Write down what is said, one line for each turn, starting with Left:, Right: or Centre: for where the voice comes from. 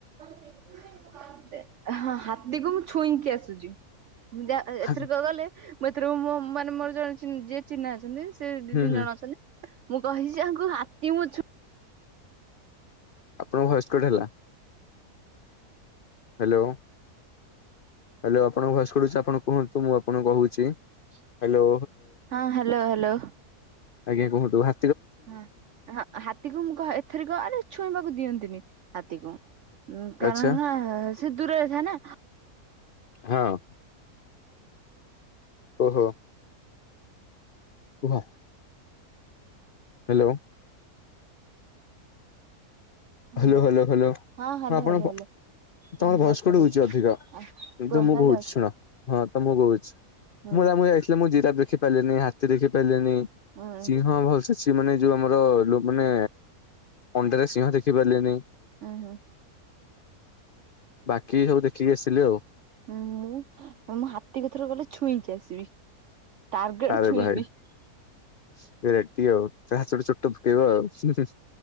Right: ଟିକେ ମଟନ୍ ସି ତେ ହଁ ହାତୀ। କୁ ମୁଁ ଛୁଇଁକି ଆସୁଚି। ମୁଁ ଯା ଏ-ଏଥରକ
Left: ହୁଁ
Right: ଗଲେ। ମୁଁ ଏଥରକ ମୋ ମାନେ ମୋର ଜଣେ ଚି ଯିଏ ଚିହ୍ନା ଅଛନ୍ତି। ସେ ଦି ତିନି
Left: ହୁଁ
Right: ଜଣ ଅଛନ୍ତି। ମୁଁ କହିଚି ତାଙ୍କୁ ହାତୀ ମୁଁ ଛୁ
Left: ଆପଣଙ୍କ ଭଏସ୍ କଟ ହେଲା ହାଲୋ। ହାଲୋ ଆପଣଙ୍କ ଭଏସ୍ କଟୁଚି ଆପଣ କୁହନ୍ତୁ ମୁଁ ଆପଣଙ୍କୁ କହୁଚି। ହାଲୋ।
Right: ହଁ ହାଲୋ ହାଲୋ।
Left: ଆଜ୍ଞା କୁହନ୍ତୁ ହା
Right: ହଁ ହଁ ହାତୀକୁ ମୁଁ କ ଏଥରିକ ଆରେ ଛୁ ଇଁବାକୁ ଦିଅନ୍ତିନି ହାତୀକୁ। ଉଁ କାରଣ
Left: ଆଚ୍ଛା।
Right: ହେଲା ସେ ଦୂରରେ ଥାଏ ନାଁ।
Left: ହଁ‌। ଓହୋ। କୁହ। Hello.
Right: hello
Left: Hello hello hello ହଁ
Right: ହ୍ୟାଲୋ
Left: ଆପଣଙ୍କ
Right: ହ୍ୟାଲୋ
Left: ପ
Right: ହ୍ୟାଲୋ। ହଁ
Left: ତମର
Right: ଭଏସ
Left: ଭଏସ୍ କଟ୍
Right: କଟଉଛି
Left: ହଉଚି ଅଧିକ। କିନ୍ତୁ
Right: କୁହ
Left: ମୁଁ
Right: ହ୍ୟାଲୋ।
Left: କୋହୁଚି ଶୁଣ। ହଁ ତ ମୁଁ କହୁଚି
Right: ହୁଁ
Left: ମୁଁ ଯା ମୁଁ ଯାଇଥିଲି ମୁଁ ଜିରାଫ୍ ଦେ ଖି ପାଇଲିନି ହାତୀ ଦେଖି ପାଇଲିନି।
Right: ହୁଁ
Left: ସିଂହ ଭଲସେ ସିଏ ମାନେ ଯୋଉ ଆମର ଲୋ ମାନେ ଅଣ୍ଡାରେ ସିଂହ ଦେଖିପାରିଲିନି।
Right: ହୁଁ ହୁଁ।
Left: ବାକି ସବୁ ଦେଖିକି ଆସିଲି ଆଉ।
Right: ହୁଁ ମୁଁ ମୁଁ ହାତୀକୁ ଏଥର ଗଲେ ଛୁଇଁକି ଆସିବି। ଟାର୍ଗେଟ
Left: ଆରେ
Right: ଛୁଇଁବି।
Left: ଭାଇ ରେଡ୍ଡୀ ଆଉ ଯାହା ଛୋଟ ଛୋଟ ଭୂ କେଇବ ଆଉ।